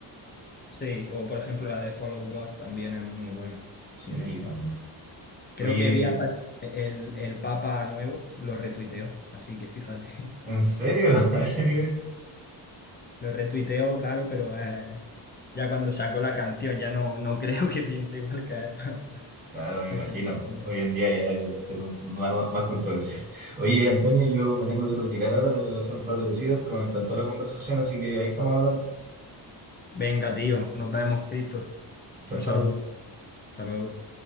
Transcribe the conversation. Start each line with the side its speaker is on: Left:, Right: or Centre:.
Left: Sí, o por ejemplo la de Follow God también es muy buena.
Right: Sí,
Left: Tiene...
Right: también. Oye,
Left: Creo que vi hasta el, el Papa nuevo, lo retuiteó, así que fíjate.
Right: ¿en serio? <laughs> ¿A ese nivel?
Left: <laughs> Lo retuiteó, claro, pero eh, ya cuando sacó la canción ya no, no <laughs> creo que piense igual que él. <laughs>
Right: Claro, me imagino.
Left: de estar en el imperio.
Right: Hoy en día ya debe ser un- más, más controversial. Oye, Antonio, yo me tengo que retirar ahora, tengo que hacer un par de cositas, pero me encantó la conversación, así que ahí estamos hablando.
Left: Venga, tío, nos vemos, Cristo.
Right: Chao,
Left: Un
Right: chao.
Left: saludo. Hasta luego.